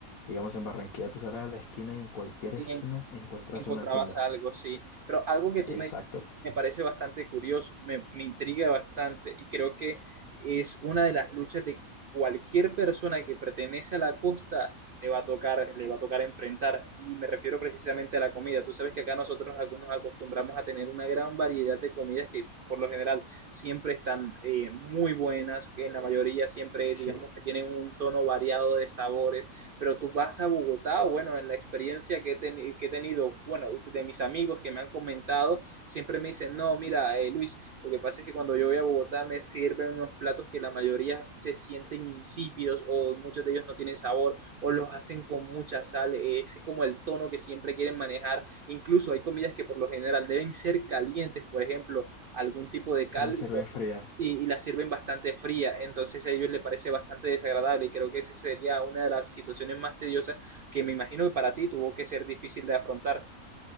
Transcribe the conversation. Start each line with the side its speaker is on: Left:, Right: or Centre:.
Left: digamos, en Barranquilla tú sales a la esquina y en cualquier
Right: Y
Left: esquina
Right: en
Left: encuentras
Right: encontrabas
Left: una tienda.
Right: algo, sí. Pero algo que tú
Left: Exacto.
Right: me, me parece bastante curioso, me, me intriga bastante y creo que es una de las luchas de cualquier persona que pertenece a la costa le va a tocar, le va a tocar enfrentar. Y me refiero precisamente a la comida. Tú sabes que acá nosotros ac- nos acostumbramos a tener una gran variedad de comidas que por lo general siempre están eh, muy buenas, que en la mayoría siempre,
Left: Sí,
Right: digamos, que tienen un tono variado de sabores pero tú vas a Bogotá, o bueno, en la experiencia que he, ten- que he tenido, bueno, de mis amigos que me han comentado, siempre me dicen, no, mira, eh, Luis, lo que pasa es que cuando yo voy a Bogotá me sirven unos platos que la mayoría se sienten insípidos o muchos de ellos no tienen sabor o los hacen con mucha sal, eh, ese es como el tono que siempre quieren manejar, incluso hay comidas que por lo general deben ser calientes, por ejemplo, algún tipo de caldo
Left: El las en frías.
Right: Sí, y la sirven bastante fría, entonces a ellos les parece bastante desagradable y creo que esa sería una de las situaciones más tediosas que me imagino que para ti tuvo que ser difícil de afrontar.